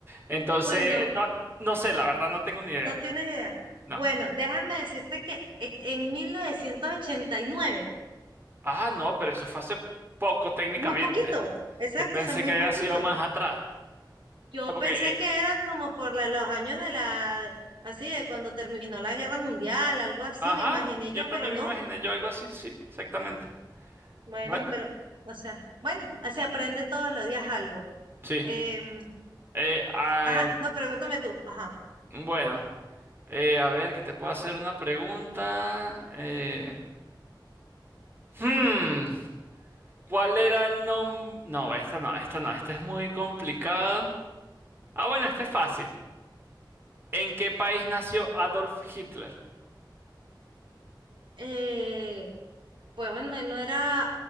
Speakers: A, on the right; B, on the right.
A: Entonces,
B: bueno,
A: no, no sé, la verdad no tengo ni idea.
B: no tienes idea.
A: No.
B: Bueno, déjame decirte que es- en mil novecientos ochenta y nueve
A: Ah, no, pero eso fue hace poco técnicamente.
B: muy poquito, exacto,
A: Yo pensé
B: o sea, muy
A: que había
B: poquito,
A: sido más atrás.
B: Yo
A: O sea, porque,
B: pensé
A: eh,
B: que era como por la- los años de la, así, de cuando terminó la Guerra Mundial, algo así,
A: ajá,
B: me imaginé
A: yo
B: yo,
A: también
B: pero no.
A: me imaginé yo algo así, sí, exactamente.
B: Bueno,
A: Bueno,
B: pero, o sea, bueno, así aprende todos los días algo.
A: sí.
B: Em,
A: Eh, ah,
B: ajá, no, pregúntame tú. Ajá.
A: bueno, eh, a ver, que te puedo hacer una pregunta. Eh, hmm. ¿Cuál era el nombre? No, esta no, esta no, esta es muy complicada. Ah, bueno, esta es fácil. ¿En qué país nació Adolf Hitler?
B: Eh, pues bueno, él no era,